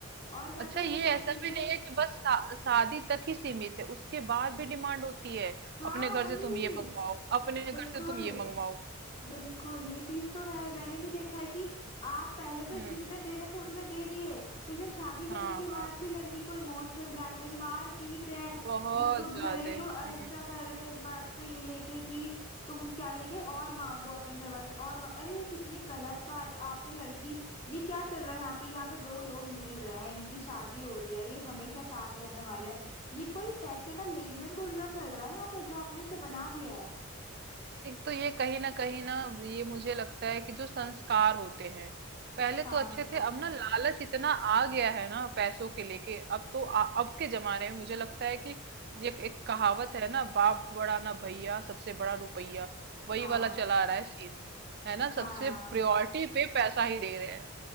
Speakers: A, on the left (about 30°); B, on the right (about 45°).
A: और पता
B: अच्छा
A: है
B: ये
A: ये सब
B: ऐसा
A: चीजें
B: भी नहीं है कि बस शा- शादी तक ही सीमित है उसके बाद भी डिमांड होती है
A: हाँ
B: अपने घर
A: वही
B: से तुम ये मंगवाओ अपने
A: बिल्कुल
B: घर से तुम ये मंगवाओ
A: बिल्कुल ये चीज तो है मैंने भी देखा है कि आप पहले तो
B: हम्म
A: जितने देने थे उतने दे दिए फिर जब शादी करने
B: हाँ
A: के बाद
B: हाँ
A: भी लड़की को इमोशनल ब्लैकमेल मार पीट रहे हैं
B: बहुत
A: बिल्कुल घरेलू
B: ज्यादा
A: अहिंसा
B: हम्म
A: कर रहे हैं इस बात पे ये लेके कि तुम क्या लेके आए? और मांगो अपने घर वाले से और मांग- अरे ये कितनी गलत बात है आपने लड़की ये क्या चल रहा है यहाँ पे यहाँ पे दो लोग मिल रहे हैं इनकी शादी हो रही है ये हमेशा साथ रहने वाले हैं ये कोई पैसे का लेन देन थोड़ी ना चल रहा है यहाँ पे जो आपने इसे बना दिया है
B: एक तो ये कहीं ना कहीं ना ये मुझे लगता है कि जो संस्कार होते हैं पहले
A: हाँ
B: तो अच्छे
A: ये बात
B: थे अब
A: तो
B: ना लालच
A: है
B: इतना आ गया है ना पैसों के लेके अब तो आ, अब के जमाने में मुझे लगता है कि ये एक, एक कहावत है ना बाप बड़ा ना भैया सबसे बड़ा रुपया वही
A: हाँ
B: वाला चला आ रहा है सीन है ना
A: हाँ
B: सबसे प्रायोरिटी पे पैसा ही दे रहे हैं